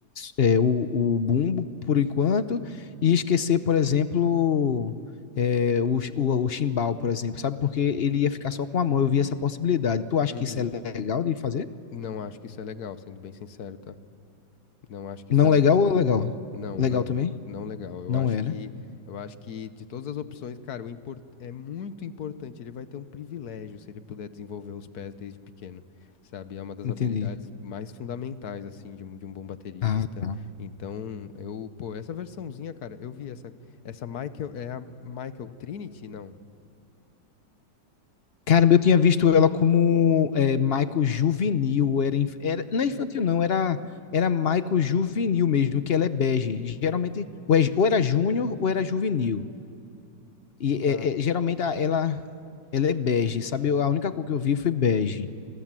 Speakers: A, on the left; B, on the left.
A: é, o, o bumbo por enquanto e esquecer, por exemplo, é, o, o, o chimbal, por exemplo, sabe? Porque ele ia ficar só com a mão, eu vi essa possibilidade. Tu acha
B: Uhum.
A: que isso é legal de fazer?
B: Não acho que isso é legal, sendo bem sincero, tá? Não acho que
A: Não
B: isso é legal.
A: legal ou legal?
B: Hum, Não,
A: Legal
B: não,
A: também?
B: não legal. Eu
A: Não
B: acho
A: é,
B: que,
A: né?
B: eu acho que de todas as opções, cara, o import, é muito importante. Ele vai ter um privilégio se ele puder desenvolver os pés desde pequeno, sabe? É uma das
A: Entendi.
B: habilidades mais fundamentais, assim, de um, de um bom baterista.
A: Ah, tá.
B: Então, eu, pô, essa versãozinha, cara, eu vi essa, essa Michael, é a Michael Trinity? Não,
A: Caramba, eu tinha visto ela como é, Michael juvenil, era, inf- era- não é infantil não, era era Michael juvenil mesmo, que ela é bege. Geralmente ou, é- ou era júnior ou era juvenil. E é-
B: tá,
A: é, geralmente a- ela ela é bege, sabe? Eu- A única cor que eu vi foi bege,